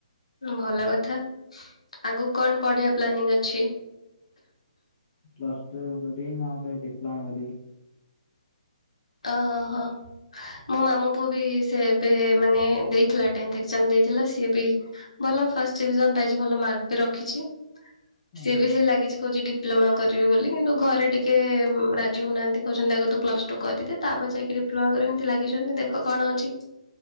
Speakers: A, on the left; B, on the left.
A: ହୁଁ ଭଲ କଥା। ଆଗକୁ କଣ ପଢ଼ିବା ପ୍ଲାନିଙ୍ଗ ଅଛି?
B: ପ୍ଲସ୍ ଟୁ କରବି ନହେଲେ ଡିପ୍ଲୋମା କରିବି <unintelligible>
A: ଓହୋ ହୋ। ମୋ ମାମୁ ପୁଅ ବି ସେ ଏବେ ମାନେ ଦେଇଥିଲା ଟେନ୍ଥ ଏକ୍ସାମ୍ ଦେଇଥିଲା ସି ବି ଭଲ ଫାଷ୍ଟ ଡିଭିଜନ ପାଇଛି ଭଲ ମାର୍କ ବି ରଖିଛି,
B: ହଁ
A: ସିଏ ବି ସେ ଲାଗିଛି କହୁଛି ଡି ଡିପ୍ଲୋମା କରିବି ବୋଲି କିନ୍ତୁ ଘରେ ଟିକେ ରାଜି ହଉନାହାନ୍ତି କହୁଛନ୍ତି ଆଗ ତୁ ପ୍ଲସ୍ ଟୁ କରିଦେ ତାପରେ ଯାଇକି ଡିପ୍ଲୋମା କରିବୁ ଏମିତି ଲାଗିଛନ୍ତି ଦେଖ କଣ ହଉଛି।